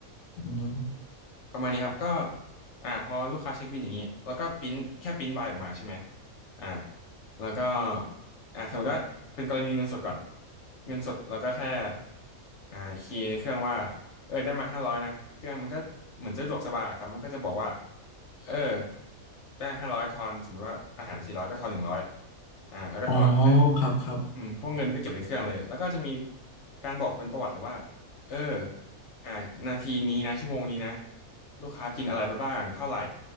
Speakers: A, on the left; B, on the left.
A: อืม
B: ประมาณนี้ครับก็อ่าพอลูกค้าเช็คบิลอย่างนี้แล้วก็ปริ้นแค่ปริ้นใบออกมาใช่ไหมอ่าแล้วก็อ่าสมมติว่าเป็นกรณีเงินสดก่อนเงินสดเราก็แค่อ่าคีย์ในเครื่องว่าเออได้มาห้าร้อยนะเครื่องมันก็เหมือนสะดวกสบายอะครับมันก็จะบอกว่าเออได้ห้าร้อยทอนสมมติว่าอาหารสี่ร้อยก็ทอนหนึ่งร้อยอ่าแล้วก็ทอน
A: อ๋อครับครับ
B: อืมพวกเงินก็เก็บในเครื่องเลยแล้วก็จะมีการบอกเป็นประวัติเลยว่าเอออ่านาทีนี้นะชั่วโมงนี้นะลูกค้ากินอะไรไปบ้างเท่าไหร่